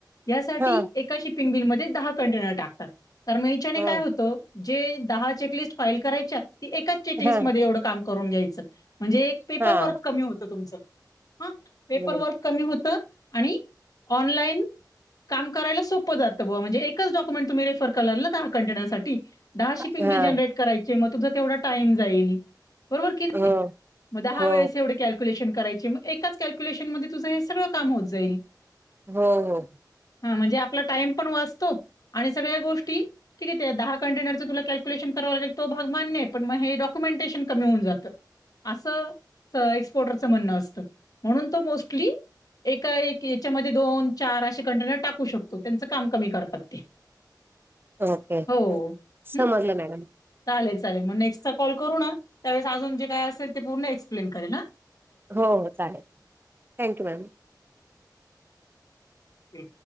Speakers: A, on the left; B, on the right.
A: यासाठी
B: हां,
A: एका शिपिंग बिलमध्ये दहा कंटेनर टाकतात कार म हच्याने
B: हं.
A: काय होतो जे दहा चेकलिस्ट फाईल करायच्या एका चेकलिस्ट
B: हां.
A: म एवढं काम करून घ्यायचं म्हणजे एक पेपर
B: हां.
A: वर्क कमी होतं तुमचं हा पेपर
B: हं.
A: वर्क कमी होत आणि ऑनलाइन कराला सोपं जात बणजे एकचडॉक्यमेटेफ क कंे सा दहा शंग
B: हां.
A: ब जरे कराय मग तुम तेवााईमईल बरोबर की नाही
B: हो,
A: म हा
B: हो,
A: वेळेस एवढे क कल््युशन करायची मग एका कॅल््युलेशन मध्ये तुझ हे सळं काम होत जाईल
B: हम् हम
A: हा म्हणजे आपला टाइम पण वाचतो आणि सगळ्या गोष्टी ठीक आहे ते दहा कंटेनरं तुला कॅल्क्युलेशन करां लागेल तो भाग मान्य प मग हे ॉक्युमेटेशन कमी होन जातं अस एसपोर्टरच म्हणणं असत म्हणून तो मोस्टली ए की याच्यामध्ये दोन चार असे कंटेनर टाकू शकतो त्यांच काम कमी करतात ते
B: ओके
A: हो हम्
B: समजलं मॅडम.
A: चालेल चालेल मग नेक्स्ट चा कॉल करू ना त्यावेळेस अजून जे काय असेल ते पूर्ण एक्सप्लेन करेल ना
B: हो चालेल थँक्यू मॅम
A: ते